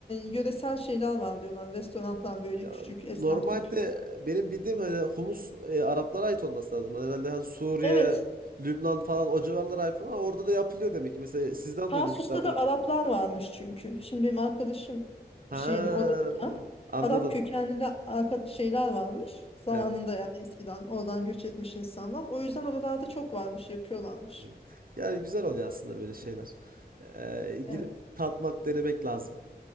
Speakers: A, on the left (about 35°); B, on the right (about 55°).
A: yöresel şeyler var diyorlar. Restoranlar böyle
B: Ya
A: küçük
B: normalde
A: esnaf tipi.
B: benim bildiğim hani humus e, Araplara ait olması lazım. Hani Herhalde hani Suriye,
A: Evet.
B: Lübnan falan o civarlara ait ama orada da yapılıyor demek ki. Mesela sizden
A: Tarsus'ta
B: duydum ilk defa.
A: da Araplar varmış çünkü. Şimdi benim arkadaşım
B: Ha,
A: şeydi orada da
B: anladım.
A: Arap kökenli arka- şeyler varmış. Zamanında
B: Evet.
A: yani eskiden oradan göç etmiş insanlar. O yüzden oralarda çok varmış, yapıyorlarmış.
B: Hı. Yani güzel oluyor aslında böyle şeyler. Ee,
A: Evet.
B: gidip tatmak, denemek lazım.